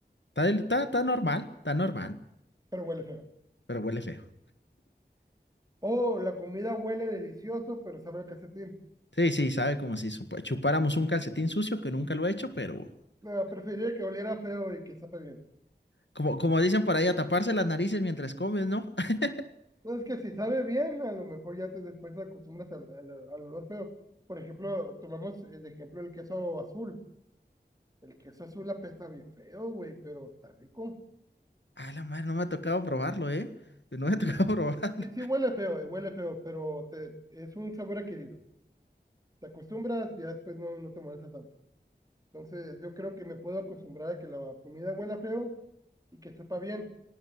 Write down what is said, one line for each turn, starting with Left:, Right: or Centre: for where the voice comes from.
Left: Está, del- está, está normal, está normal,
Right: pero huele feo.
Left: pero huele feo.
Right: O la comida huele delicioso, pero sabe a calcetín.
Left: Sí, sí, sabe como si supo- chupáramos un calcetín sucio que nunca lo he hecho, pero
Right: No, preferiría que oliera feo y que sepa bien.
Left: como, como dicen por ahí, a taparse las narices mientras comes, ¿no? <laughs>
Right: No, es que si sabe bien, a lo mejor ya te después te acostumbras al, al, al olor feo. Por ejemplo, tomamos el ejemplo el queso azul. El queso azul apesta bien feo, güey, pero está rico.
Left: Ah, la madre, no me ha tocado probarlo, ¿eh? No me ha tocado
Right: Sí, hu-
Left: <laughs> probarlo.
Right: sí, sí huele feo, eh, huele feo, pero te, es un sabor adquirido. Te acostumbras y ya después no, no te molesta tanto. Entonces, yo creo que me puedo acostumbrar a que la comida huela feo y que sepa bien,